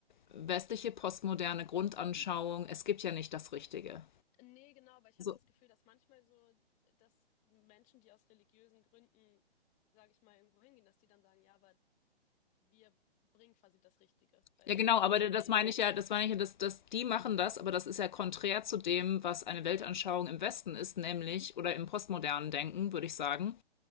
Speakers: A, on the left; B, on the left.
A: westliche postmoderne Grundanschauung, es gibt ja nicht das Richtige.
B: nee, genau, aber ich
A: So.
B: habe das Gefühl, dass manchmal so, dass Menschen, die aus religiösen Gründen, sage ich mal, irgendwo hingehen, dass die dann sagen, ja, aber wir bringen quasi das Richtige. Weißt
A: Ja, genau,
B: du, dass
A: aber
B: das so die,
A: das meine ich ja, das meine ich ja, dass, dass die machen das, aber das ist ja konträr zu dem, was eine Weltanschauung im Westen ist, nämlich, oder im postmodernen Denken, würde ich sagen.